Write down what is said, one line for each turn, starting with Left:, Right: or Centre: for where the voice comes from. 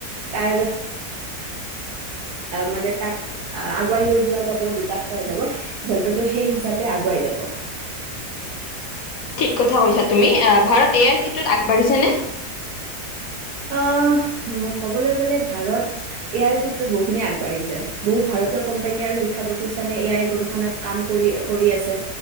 Right: তাৰ মানে তাক আগুৱাই লৈ যোৱা যাব বিকাশ কৰা যাব যন্ত্ৰটো সেই হিচাপে আগুৱাই যাব
Left: ঠিক কথা কৈছা তুমি ভাৰত এ আই ক্ষেত্ৰত আগবাঢ়িছে নে
Right: ক'বলৈ গ'লে ভাৰত ইয়াৰ ক্ষেত্ৰত বহুত খিনি আগবাঢ়িছে বহু ভাৰতীয় কোম্পানী আৰু শিক্ষা প্ৰতিষ্ঠানে এ আই গৱেষণাত কাম কৰি কৰি আছে